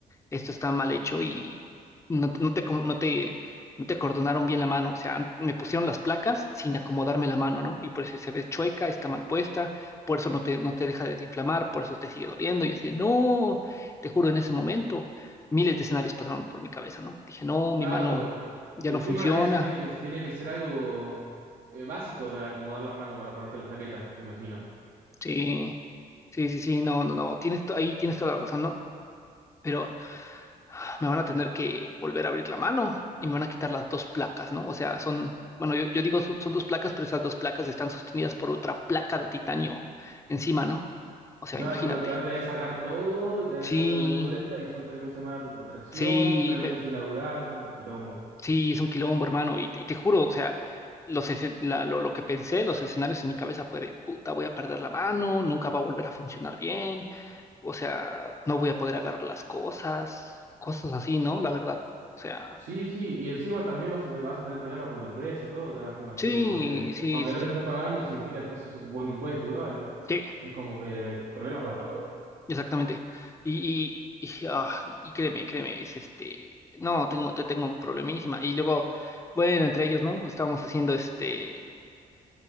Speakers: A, on the left; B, on the right.
A: Esto está mal hecho y no, te, no te, com- no te, no te cordonaron bien la mano. O sea, an- me pusieron las placas sin acomodarme la mano, ¿no? Y por eso se ve chueca, está mal puesta, por eso no te, no te deja de inflamar, por eso te sigue doliendo. Y así, de, no, te juro, en ese momento, miles de escenarios pasaron por mi cabeza, ¿no? Dije, no,
B: claro,
A: mi mano ya
B: y
A: no
B: encima
A: funciona.
B: es, tiene que, tiene que ser algo eh, básico para acomodar la mano para ponerte las plaquetas, me imagino.
A: Sí, sí, sí, sí, no, no, no, tienes to- ahí tienes toda la razón, ¿no? pero me van a tener que volver a abrir la mano y me van a quitar las dos placas, ¿no? O sea, son, bueno, yo, yo digo son, son dos placas, pero esas dos placas están sostenidas por otra placa de titanio encima, ¿no? O sea,
B: Claro,
A: imagínate.
B: claro, te van a tener que sacar todo y te van
A: Sí,
B: a tener que volver de vuelta y son tres meses más de recuperación,
A: sí,
B: tres meses
A: me-
B: sin laburar, es un quilombo.
A: sí, es un quilombo, hermano, y, te y te juro, o sea, los escen- la- lo, lo que pensé, los escenarios en mi cabeza fue de, puta, voy a perder la mano, nunca va a volver a funcionar bien, o sea, no voy a poder agarrar las cosas, cosas así, ¿no? La verdad, o sea...
B: Sí, sí, y encima también vas a, te- vas a tener problemas con tu empresa, todo te van a hacer, me imagino,
A: Sí,
B: porque
A: sí,
B: aunque
A: sí,
B: no te estén pagando, significa que estás ocupando un puesto igual.
A: Sí,
B: Es como que eh, problemas para todo.
A: exactamente. Y, y, y, ah, y créeme, créeme, es este, no, tengo, te tengo un problemísima. Y luego, bueno, entre ellos, ¿no? Estábamos haciendo este,